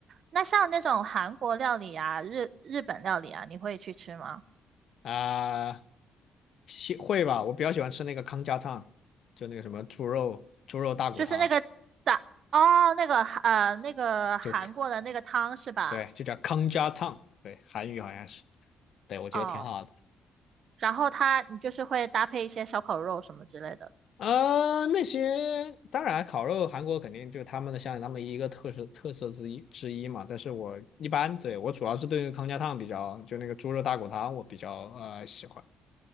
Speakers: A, on the right; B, on the left.
A: 那像那种韩国料理啊、日日本料理啊，你会去吃吗？
B: 啊，西会吧，我比较喜欢吃那个康家汤，就那个什么猪肉猪肉大骨汤，
A: 就是那个打哦，那个呃那个韩国的那个汤是吧？
B: 就对，就叫康家汤，对，韩语好像是，对，我觉得挺好的。
A: 哦，然后它你就是会搭配一些烧烤肉什么之类的。
B: 呃，那些当然烤肉，韩国肯定就是他们的像他们一个特色特色之一之一嘛。但是我一般对我主要是对那个康家汤比较，就那个猪肉大骨汤我比较呃喜欢